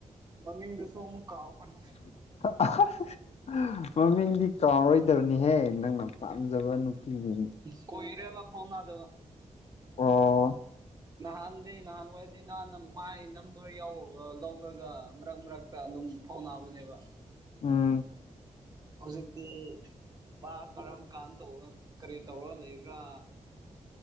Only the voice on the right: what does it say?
ꯃꯃꯤꯡꯗꯨꯁꯨ ꯑꯃꯨꯛ ꯀꯥꯎꯈ꯭ꯔꯦ
ꯀꯣꯏꯔꯦꯕ ꯐꯥꯎꯅꯗꯕ
ꯅꯍꯥꯟꯗꯤ ꯅꯍꯥꯟꯋꯥꯏꯗꯤ ꯅꯍꯥꯟ ꯃꯥꯏ ꯅꯝꯕꯔ ꯌꯧ ꯂꯧꯔꯒ ꯃꯔꯛ ꯃꯔꯛ ꯇ ꯑꯗꯨꯝ ꯐꯥꯎꯅꯕꯅꯦꯕ
ꯍꯧꯖꯤꯛꯇꯤ ꯃꯥ ꯀꯔꯝ ꯀꯥꯟ ꯇꯧ ꯀꯔꯤ ꯇꯧꯔ ꯂꯩꯕ꯭ꯔꯥ